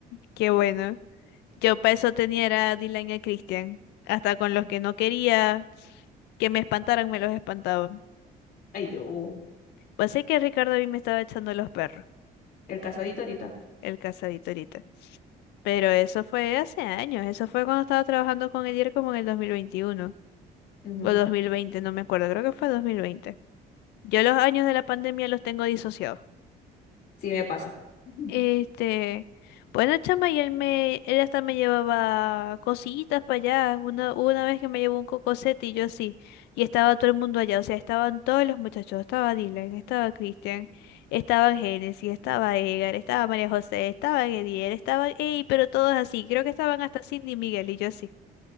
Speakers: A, on the left (about 85°); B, on the left (about 60°).
A: Qué bueno. Yo para eso tenía era a Dylan y a Christian. Hasta con los que no quería que me espantaran, me los espantaban.
B: Ay, yo,
A: Pues sé que Ricardo a mí me estaba echando los perros,
B: el casadito ahorita.
A: el casadito ahorita. Pero eso fue hace años. Eso fue cuando estaba trabajando con Edier como en el 2021
B: Ujú,
A: o 2020, no me acuerdo. Creo que fue 2020. Yo los años de la pandemia los tengo disociados.
B: Sí me pasa. Ujú.
A: Este, bueno, chama, y él me, él hasta me llevaba cosillitas para allá. Una, hubo una vez que me llevó un cocosete y yo así, y estaba todo el mundo allá, o sea, estaban todos los muchachos, estaba Dylan, estaba Christian, estaba Genesis, estaba Edgar, estaba María José, estaba Gediel, estaba, ey, pero todos así, creo que estaban hasta Cindy y Miguel y yo así,